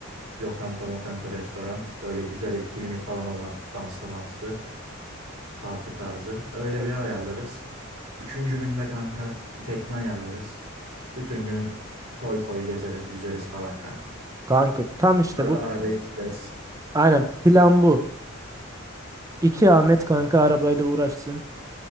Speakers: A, on the right (about 90°); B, on the right (about 15°).
A: Lokanta mokanta restoran. Böyle güzel etkinliği falan olan danslı manslı parti tarzı. Öyle
B: Of.
A: bir yer ayarlarız. Üçüncü günde kanka bir tekne ayarlarız. Bütün gün koy koy gezeriz, yüzeriz falan kanka.
B: Kanka tam işte
A: Arada
B: bu.
A: arabayı kilitleriz.
B: Aynen plan bu. İki Ahmet kanka arabayla uğraşsın.